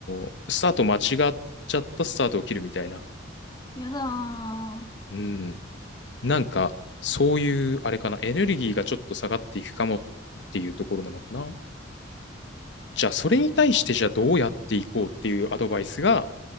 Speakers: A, on the left; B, on the left.
A: ースタート間違っちゃったスタートを切るみたいな。
B: やだー。
A: うん。なんか、そういう、あれかな、エネルギーがちょっと下がっていくかもっていうところなのかな。じゃあ、それに対して、じゃあどうやっていこうっていうアドバイスが、